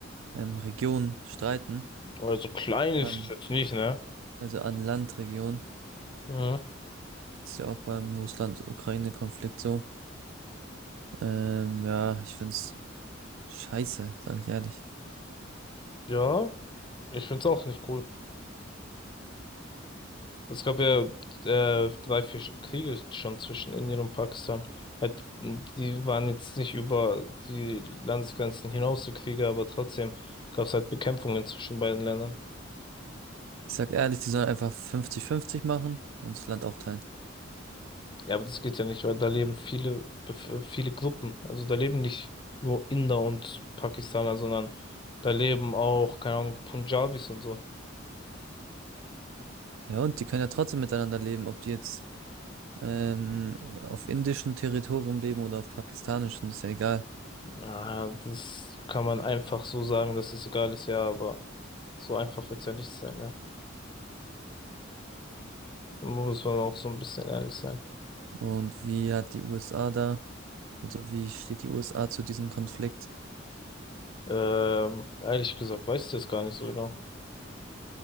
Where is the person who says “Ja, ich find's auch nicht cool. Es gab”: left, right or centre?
Left